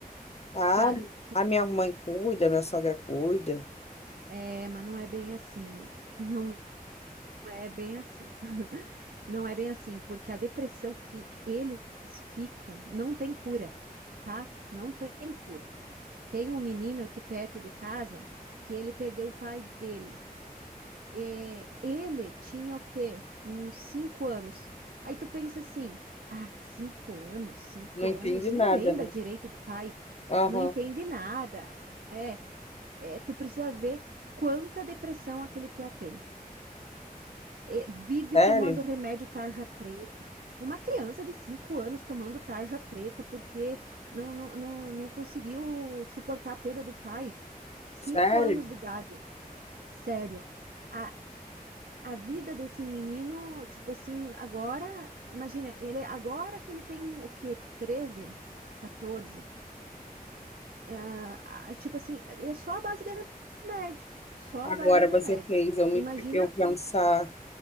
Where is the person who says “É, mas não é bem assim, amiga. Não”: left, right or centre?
Right